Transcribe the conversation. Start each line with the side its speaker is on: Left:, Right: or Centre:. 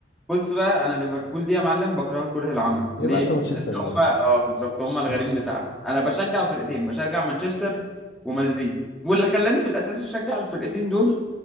Centre: بص بقى أنا ليفربول دي يا معلم بكرهها كره العمى
Left: يبقى
Centre: ليه؟
Left: انت مانشستر
Centre: لأن
Left: يونايتد
Centre: هم اه بالظبط هم الغريم
Left: <laughs>
Centre: بتاعنا أنا بشجع فرقتين بشجع مانشستر ومدريد واللي خلاني في الأساس أشجع الفرقتين دول